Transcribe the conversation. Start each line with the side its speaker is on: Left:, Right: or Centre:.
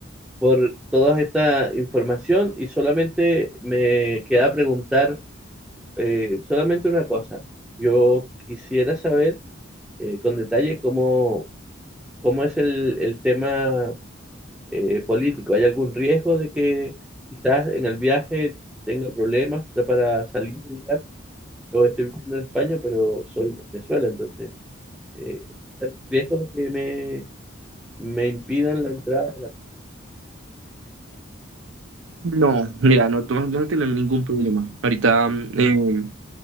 Centre: por toda esta información y solamente me queda preguntar Eh, solamente una cosa, yo quisiera saber eh, con detalle cómo, cómo es el, el tema eh, político. ¿Hay algún riesgo de que quizás en el viaje tenga problemas de- para salir y llegar? Yo estoy viviendo en España, pero soy de Venezuela, entonces eh, ¿hay riesgo de que me, me impidan la entrada? de la-
Right: No, mira, no, tú no no vas a tener ningún problema. Ahorita, mm, eh,